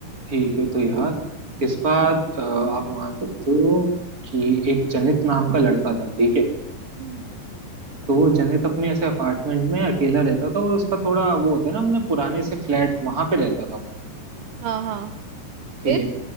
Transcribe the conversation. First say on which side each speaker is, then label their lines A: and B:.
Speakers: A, on the right; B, on the right.
A: ठीक है तो यार इस बार अ, आप मान सकते हो कि एक जनित नाम का लड़का था ठीक है
B: हम्म
A: तो वो जनित अपने ऐसे अपार्टमेंट में अकेला रहता था और उसका थोड़ा वो होता है ना अपने पुराने से फ्लैट वहां पे रहता था वो,
B: हाँ हाँ
A: ठीक
B: फिर
A: है